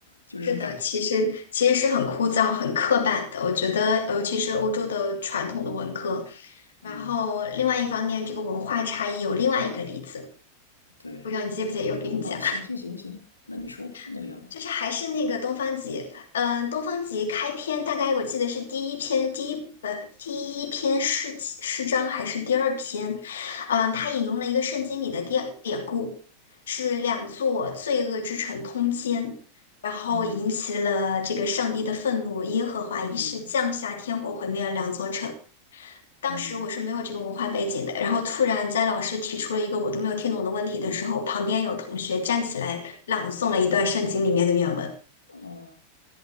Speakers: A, on the left; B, on the left.
A: 就这种感觉。
B: 是的，其实其实是很枯燥、很刻板的。我觉得，尤其是欧洲的传统的文科。
A: 嗯，
B: 然后，另外一方面，这个文化差异有另外一个例子。
A: 对，
B: 不知道你介不介意我给你讲，
A: 啊，行行行行，那你说吧，那你聊吧。
B: <laughs> 就是还是那个东方极，嗯、东方极开篇大概我记得是第一篇，第一本第一篇诗集诗章还是第二篇，嗯、他引用了一个圣经里的典典故，是两座罪恶之城通奸，然后引起了这个上帝的愤怒，
A: 嗯
B: 耶和华一世降下天火毁灭了两座城，
A: 嗯
B: 当时我是没有这个文化背景的，
A: 嗯，
B: 然后突然在老师提出了一个我都没有听懂的问题的时候，旁边有同学站起来朗诵了一段圣经里面的原文。
A: 哦、